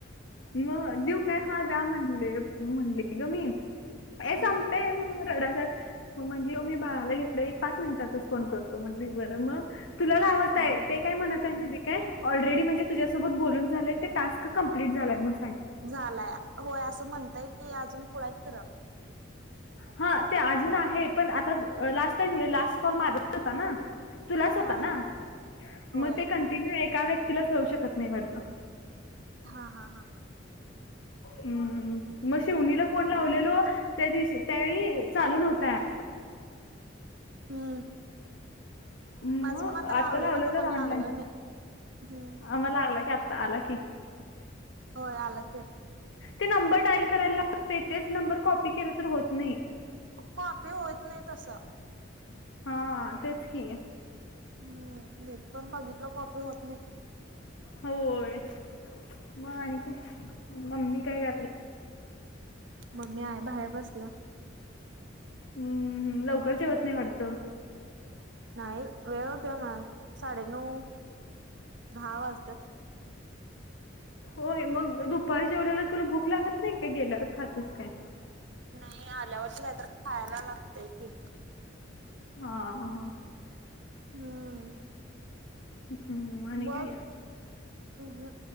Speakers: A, on the left; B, on the right.
A: मग देऊ काय? हा जा म्हणले म्हणले ग मी हे संपय
B: हा
A: म्हणून रडा जात म्हणे मी बाळाला घे एक पाच मिनिटात फोन करतो म्हणले. बर मग तुला लावतय
B: हम्म
A: आहे. ते काय म्हणत आहे माहित काय ऑलरेडी म्हणजे तुझ्यासोबत बोलून झालेय ते टास्क कमंप्लीट झाला म्ह-
B: झालाय होय असं म्हणतय की अजून पुढत खरं
A: हा ते अजून आहे पण आ लास्ट टाईम <unintelligible> फोन माझाच होता ना? तुलाच होता
B: हा
A: ना?
B: हा
A: म
B: होय.
A: ते कंटिन्यू एका व्यक्तीलाच लवू शकत नाही वाटतं?
B: हा हा हा
A: हम्म मग शिउनीला फोन लावलेलो
B: काय नाही.
A: त्या दिवशी त्यावेळी चालू नव्हतं ॲप
B: हम्म
A: मग
B: माझ मण आता लावलेल
A: लावलं
B: तुम्हाला
A: तर ऑनलाईन
B: लागलं नाही. हम्
A: आम्हाला लागला की, आत्ता आला की
B: होय आला की
A: ते नंबर डाईल करायला लागते तेच तेच नंबर कॉपी केलं तर होत नाही.
B: काॅपी होत नाही तसा
A: हा, तेच की
B: हम् नेट पण बघितलं कॉपी होत नाही
A: होय मग आणि
B: हम्म
A: काय, मम्मी काय करायली?
B: मम्मी आहे बाहेर बसलंया
A: हम्म हम लवकर जेवत नाही वाटतं
B: नाही वेळ होतोय म्हणा साडेनऊ दहा वाजतात
A: होय मग दुपारी जेवल्यावर तुला भूक लागत नाही का? गेल्यावर खातीस काय?
B: नाही आल्यावर काहीतरी खायाला लागतय की
A: हा हं
B: हम्म
A: हम्म हम्म. आणि
B: मग.
A: काय
B: अम ह